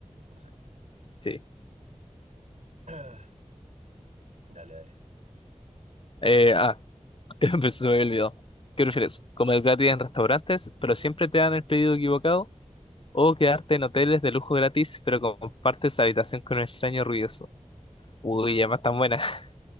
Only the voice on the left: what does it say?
sí.
Eh, ah, <laughs> Pues se me olvidó. ¿Qué prefieres? ¿Comer gratis en restaurantes, pero siempre te dan el pedido equivocado? ¿O quedarte en hoteles de lujo gratis, pero compartes habitación con un extraño ruidoso? Uy, además tan buena. <laughs>